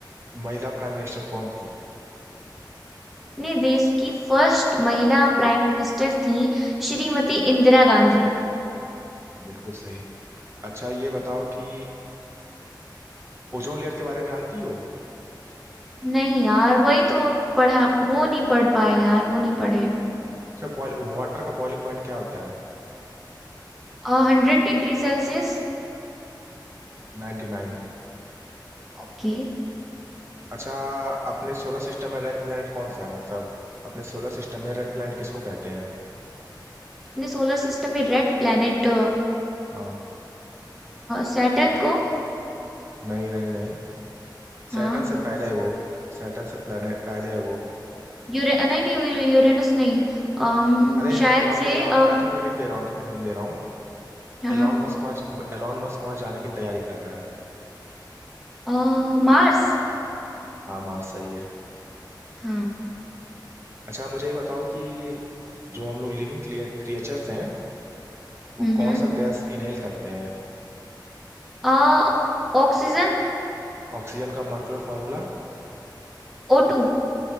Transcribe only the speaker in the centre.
अपने देश की फर्स्ट महिला प्राइम मिनिस्टर थी श्रीमती इंदिरा गांधी
नहीं यार वही तो पढ़ा वो नहीं पढ़ पाए यार वो नहीं पढ़े
और हंड्रेड डिग्री सेल्सियस
ओके
अपने सोलर सिस्टम में रेड प्लैनेट
सैटर्न को
हाँ
यूरे नहीं नहीं यू- यूरेनस नहीं अम
शायद
से
अ,
हाँ
हाँ
अ, मार्स
हाँ
हम्म
हम्म
अ, ऑक्सीजन
ओ टू